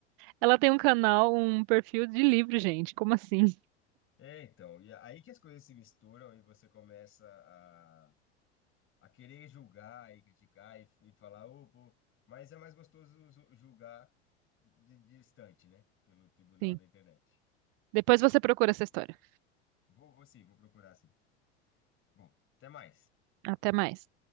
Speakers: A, on the right; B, on the left.
A: Ela tem um canal, um perfil de livro, gente. Como assim?
B: É, então, e aí que as coisas se misturam e você começa a, a querer julgar e criticar e, e falar, "Ô, pô", mas é mais gostoso ju- julgar de, de distante, né? Pelo tribunal
A: Sim.
B: da internet.
A: Depois você procura essa história.
B: Vou, vou sim, vou procurar sim. Bom, até mais.
A: Até mais.